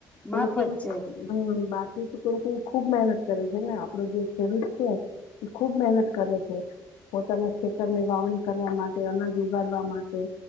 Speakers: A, on the left (about 85°); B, on the left (about 15°).
A: કેમકે
B: માફ જ છે
A: ઈ બાકી તો કેમકે ખુબ મહેનત કરે છે ને આપડો જે ખેડૂત છે ખુબ મહેનત કરે છે પોતાના ખેતરને વાવણી કરવા માટે અનાજ ઉગાડવા માટે